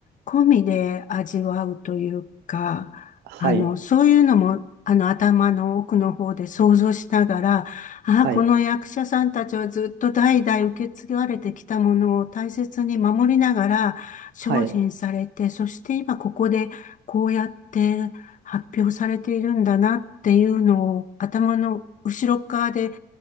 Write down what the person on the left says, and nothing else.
込みで味わうというか、
あの、そういうのも、あの、頭の奥の方で想像しながら、ああ、
この役者さんたちはずっと代々受け継がれてきたものを大切に守りながら、精進されて、
そして今ここでこうやって発表されているんだなっていうのを頭の後ろ側で